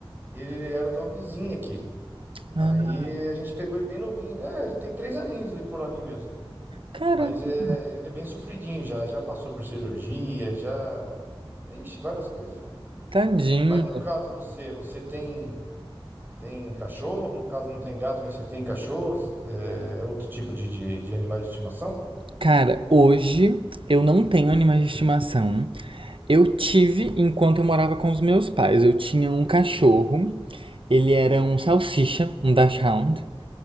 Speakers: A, on the right; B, on the right.
A: ele era de uma vizinha aqui. Aí
B: Ah,
A: a gente pegou ele bem novinho. É, ele tem três aninhos ali por ali mesmo.
B: caramba,
A: Mas é, ele é bem sofridinho já. Já passou por cirurgia, já. Ixi, várias coisas. já.
B: tadinho.
A: Mas no caso você, você tem tem cachorro? No caso não tem gato, mas você tem cachorro? É, outro tipo de, de, de animais de estimação?
B: Cara, hoje eu não tenho animais de estimação. Eu tive enquanto eu morava com os meus pais. Eu tinha um cachorro. Ele era um salsicha, um dachshund,